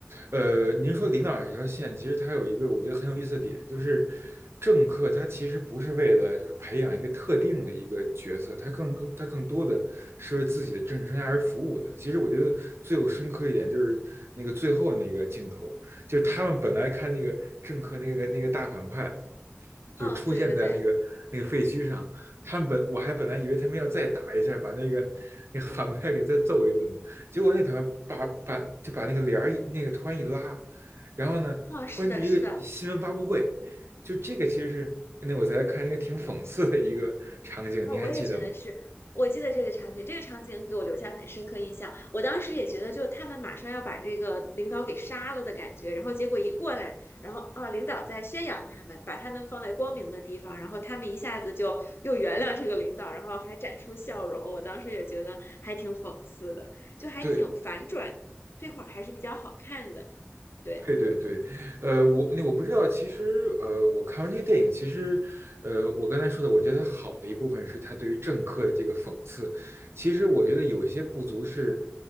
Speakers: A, on the right; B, on the left.
A: 呃，您说领导这条线，其实它有一个我觉得很有意思的点，就是政客他其实不是为了就是培养一个特定的一个角色，他更更他更多的是为自己的政治生涯而服务的。其实我觉得最有深刻一点就是那个最后那个镜头，就是他们本来看那个政客那个那个大反派，就出现在那个那个废墟上。
B: 哦，对对对，
A: 他们本我还本来以为他们要再打一下，把那个那个反派给再揍一顿呢。结果那反派把把就把那个帘儿那个突然一拉，然后呢，
B: 哦，
A: 突然就一个新闻发布会，
B: 是的，是的，
A: 就这个其实是那我在看一个挺讽刺的一个场景，
B: 哦，
A: 你还记得吗？
B: 我也觉得是，我记得这个场景，这个场景给我留下很深刻印象。我当时也觉得，就他们马上要把这个领导给杀了的感觉，然后结果一过来，然后啊，领导在宣扬他们，把他们放在光明的地方，然后他们一下子就又原谅这个领导，然后还展出笑容。我当时也觉得还挺讽刺的，就还挺反转，
A: 对，
B: 这块儿还是比较好看的。对，
A: 对对对，呃，我那我不知道，其实呃，我看完这个电影，其实呃，我刚才说的，我觉得好的一部分是他对于政客的这个讽刺。其实我觉得有一些不足是，